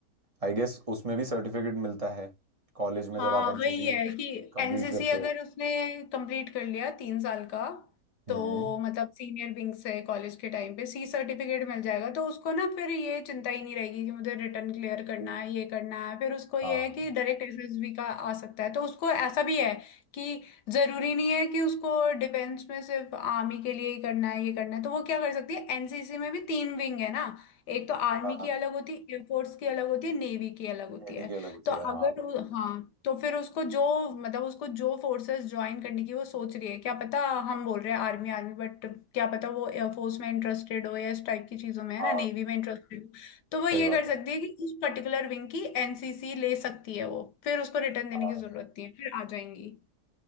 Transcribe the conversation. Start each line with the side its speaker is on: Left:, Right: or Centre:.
Right: आई गेस उसमें भी सर्टिफिकेट मिलता है कॉलेज में
Left: हाँ
Right: जब आप एनसीसी
Left: वही है कि
Right: कंप्लीट
Left: एनसीसी
Right: करते
Left: अगर
Right: हो
Left: उसने कंप्लीट कर लिया तीन साल का
Right: हम्म
Left: तो मतलब सीनियर विंग से कॉलेज के टाइम पे सी सर्टिफिकेट मिल जाएगा तो उसको ना फिर ये चिंता ही नहीं रहेगी कि मुझे रिटर्न क्लियर करना है ये करना है फिर उसको ये
Right: हाँ
Left: है कि डायरेक्ट एसएसबी का आ सकता है तो उसको ऐसा भी है कि जरूरी नहीं है कि उसको डिफेंस में सिर्फ आर्मी के लिए ही करना है ये करना है तो वो क्या कर सकती है एनसीसी में भी तीन विंग है ना एक तो आर्मी
Right: हाँ
Left: की अलग होती है एयरफोर्स की अलग होती है नेवी की अलग होती
Right: मेरी
Left: है
Right: की अलग होती
Left: तो
Right: है हाँ
Left: अगर उ- हाँ तो फिर उसको जो मतलब उसको जो फोर्सेस ज्वाइन करने की वो सोच रही है क्या पता हम बोल रहे हैं आर्मी आर्मी बट क्या पता वो एयरफोर्स में इंटरेस्टेड हो या इस टाइप की चीजों में है
Right: हाँ
Left: ना नेवी में इंटरेस्टेड हो तो वो ये
Right: सही बात
Left: कर
Right: है
Left: सकती है कि उस पर्टिकुलर विंग की एनसीसी ले सकती है वो फिर उसको रिटर्न देने
Right: हाँ
Left: की जरूरत नहीं है फिर आ जाएंगी